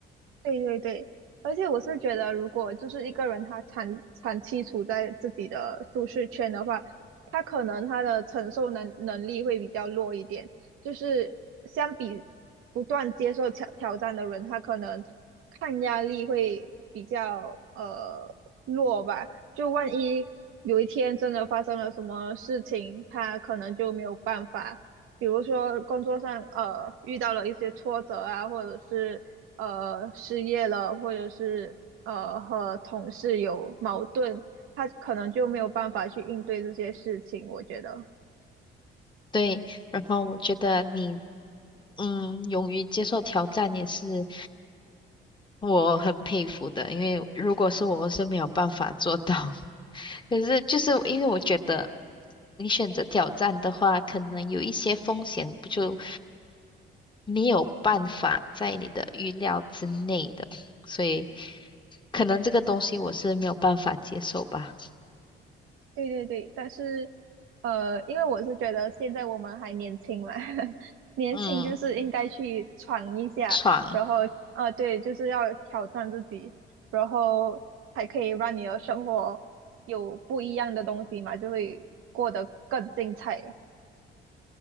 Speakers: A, on the right; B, on the left.
A: 对对对，而且我是觉得，如果就是一个人他长长期处在自己的舒适圈的话，他可能他的承受能能力会比较弱一点。就是相比不断接受挑挑战的人，他可能抗压力会比较呃弱吧。就万一有一天真的发生了什么事情，他可能就没有办法。比如说工作上呃遇到了一些挫折啊，或者是呃失业了，或者是呃和同事有矛盾，他可能就没有办法去应对这些事情，我觉得。
B: 对，然后我觉得你，嗯，勇于接受挑战也是。我很佩服的，因为如果是我，我是没有办法做到。<laughs> 可是就是因为我觉得你选择挑战的话，可能有一些风险不就没有办法在你的预料之内的，所以可能这个东西我是没有办法接受吧。
A: 对对对，但是呃，因为我是觉得现在我们还年轻嘛，<laughs> 年轻就是应该去闯一下，
B: 嗯，闯，
A: 然后啊，对，就是要挑战自己，然后还可以让你的生活有不一样的东西嘛，就会过得更精彩。